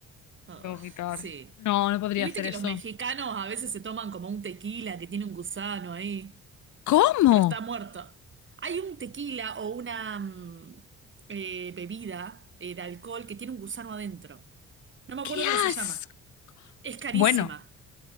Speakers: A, on the right; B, on the left.
A: Ugh,
B: Voy a vomitar.
A: sí.
B: No, no podría
A: Y viste
B: hacer
A: que
B: eso.
A: los mexicanos a veces se toman como un tequila que tiene un gusano ahí,
B: ¿Cómo?
A: pero está muerto. Hay un tequila o una mm, eh, bebida eh, de alcohol que tiene un gusano adentro. No me
B: ¡Qué
A: acuerdo cómo se
B: asco!
A: llama. Es carísima,
B: Bueno,